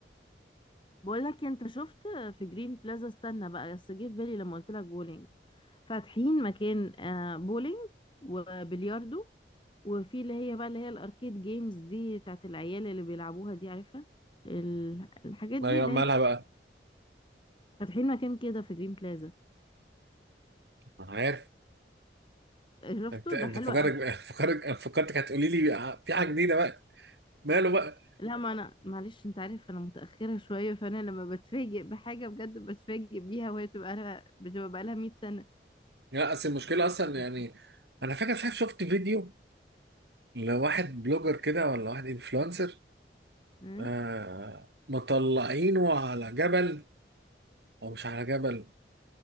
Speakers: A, on the left; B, on the right.
A: بقول لك إيه، انت شفت في جرين بلازا استنى بقى بس جه في بالي لما قلت لك بولينج فاتحين مكان آه، بولينج وبلياردو وفي اللي هي بقى اللي هي الاركيد جيمز دي بتاعت العيال اللي بيلعبوها دي عارفة ال- الحاجات
B: ما-
A: دي اللي
B: مالها
A: هي
B: بقى
A: فاتحين مكان كده في جرين بلازا
B: انا عارف
A: شفته
B: انت انت
A: ده حلو
B: فكرك
A: قوي
B: <laughs> فكرك فكرتك هتقولي لي في حاجه جديده بقى ماله بقى
A: لا ما انا معلش انت عارف انا متأخرة شوية فانا لما بتفاجئ بحاجة بجد بتفاجئ بيها وهي بتبقى لها بتبقى بقى لها 100 سنة
B: لا اصل المشكله اصلا
A: <laughs>
B: يعني انا فاكر مش عارف شفت فيديو لواحد بلوجر كده ولا واحد انفلونسر
A: ها؟
B: آه مطلعينه على جبل او مش على جبل